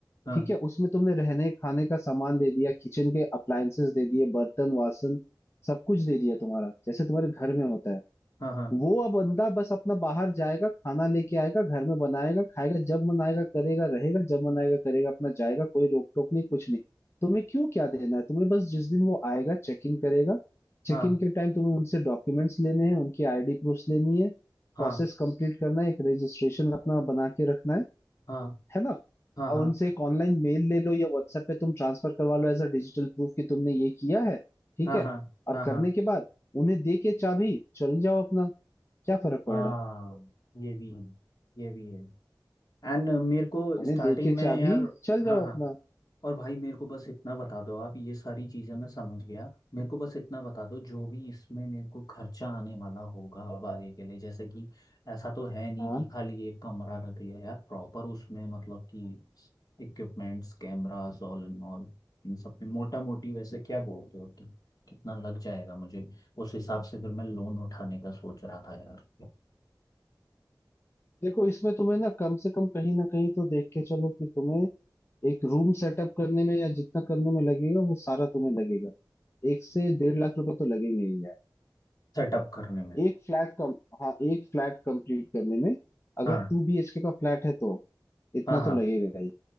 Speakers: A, on the left (about 55°); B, on the left (about 35°).
A: हाँ
B: ठीक है उसमें तुमने रहने खाने का सामान दे दिया किचन के अप्लायंसेस दे दिए बर्तन वासन सब कुछ दे दिया तुम्हारा जैसे तुम्हारे घर में होता है
A: हाँ हाँ
B: वो अब बंदा बस अपना बाहर जाएगा खाना लेके आएगा घर में बनाएगा खाएगा जब मन आएगा करेगा रहेगा जब मन आएगा करेगा अपना जाएगा कोई रोक टोक नहीं कुछ नहीं तुम्हें क्यों क्या देना है तुम्हें बस जिस दिन वो आएगा चेक इन करेगा चेक
A: हाँ
B: इन के टाइम तुम्हें उनसे डॉक्यूमेंट्स लेने हैं उनकी आईडी प्रूफ लेनी है
A: हाँ
B: प्रोसेस कंप्लीट करना है एक रजिस्ट्रेशन अपना बना के रखना है
A: हाँ
B: है ना
A: हाँ
B: और
A: हाँ
B: उनसे एक ऑनलाइन मेल ले लो या व्हाट्सएप पे तुम ट्रांसफर करवा लो एज अ डिजिटल प्रूफ कि तुमने ये किया है ठीक
A: हाँ
B: है
A: हाँ
B: और
A: हाँ
B: करने
A: हाँ
B: के बाद उन्हें दे के चाबी चल जाओ अपना क्या फर्क पड़
A: हाँ
B: रहा है
A: ये भी है ये भी है एंड मेरे को
B: उन्हें
A: स्टार्टिंग
B: दे के
A: में
B: चाबी
A: यार
B: चल जाओ
A: हाँ हाँ
B: अपना
A: और भाई मेरे को बस इतना बता दो आप ये सारी चीज़ें मैं समझ गया मेरे को बस इतना बता दो जो भी इसमें मेरे को खर्चा आने वाला होगा अब आगे के लिए जैसे कि ऐसा तो है नहीं
B: हाँ
A: कि खाली एक कमरा लग गया यार प्रॉपर उसमें मतलब कि equipments cameras all and all इन सब पे मोटा मोटी वैसे क्या बोलते हो कि कितना लग जाएगा मुझे उस हिसाब से फिर मैं लोन उठाने का सोच रहा था यार
B: देखो इसमें तुम्हें ना कम से कम कहीं ना कहीं तो देख के चलो कि तुम्हें एक रूम सेटअप करने में या जितना करने में लगेगा वो सारा तुम्हें लगेगा एक से डेढ़ लाख रुपए तो लगेंगे ही यार
A: सेटअप करने में
B: एक फ्लैट कम हाँ एक फ्लैट कंप्लीट करने में अगर
A: हाँ
B: टू बीएचके का फ्लैट है तो इतना
A: हाँ हाँ
B: तो लगेगा ही